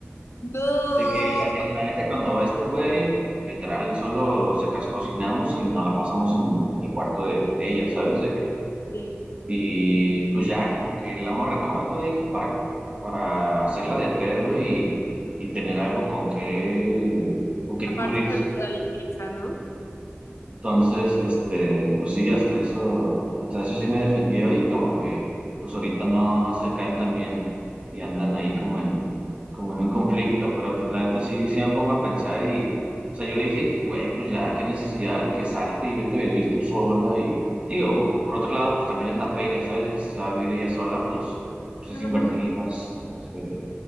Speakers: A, on the left (about 80°); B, on the right (about 30°).
A: No.
B: De que la, ne- la neta, cuando va este güey, pues, literal, solo si acaso cocinamos y nos la pasamos en, en el cuarto de, de ella, ¿sabes? De que,
A: Sí.
B: y pues ya como que la morra nomás lo dijo para, para hacerla de pedo y, y tener algo con que, con que
A: Aparte
B: cubrirse
A: de lo de la limpieza, ¿no?
B: entonces,
A: Mm,
B: este, pues sí, hasta eso, hasta eso sí me defendió y como que, pues ahorita no, no se caen tan bien y andan ahí como en, como en un conflicto, pero pues la neta sí, sí me pongo a pensar y, o sea, yo le dije que, güey, pues ya, qué necesidad de que salte y vete a vivir tú sola y, digo, por otro lado, pues también es la feria, ¿sabes? De que si se va a vivir ella sola, pues, pues
A: no
B: es invertirle
A: va a ser mucho.
B: más, más feria.